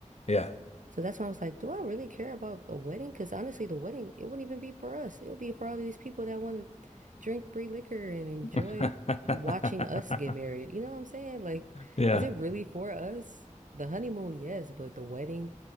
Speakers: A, on the left; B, on the right.
A: Yeah.
B: So that's when I was like, do I really care about a wedding? Because honestly, the wedding, it wouldn't even be for us. It would be for all of these people that want to drink free liquor and enjoy
A: <laughs>
B: watching us get married. You know what I'm saying? Like,
A: Yeah.
B: is it really for us? The honeymoon, yes, but the wedding,